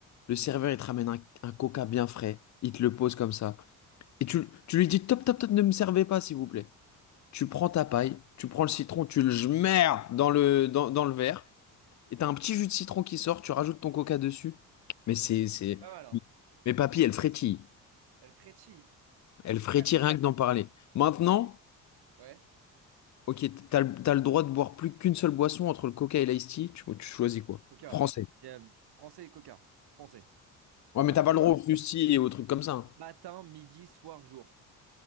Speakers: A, on the left (about 45°); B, on the right (about 70°).
A: Le serveur, il te ramène un, un coca bien frais. Il te le pose comme ça. Et tu, tu lui dis, top, top, top, ne me servez pas, s'il vous plaît. tu prends ta paille, tu prends le citron, tu le jmères dans le, dans, dans le verre, et t'as un petit jus de citron qui sort, tu rajoutes ton coca dessus. Mais c'est, c'est...
B: elle est pas mal, hein.
A: Mais papy, elle frétille.
B: Elle frétille.
A: Elle
B: Mais
A: frétille
B: frère,
A: rien que d'en parler. Maintenant,
B: et- Ouais.
A: ok, t'as, le- t'as le droit de boire plus qu'une seule boisson entre le coca et l'ice-tea, tu, tu choisis quoi?
B: Coca.
A: Français.
B: Il y a français et coca. Français.
A: Ouais,
B: Matin,
A: mais t'as pas le droit au fruity et aux trucs comme ça. hein.
B: matin, midi, soir, jour.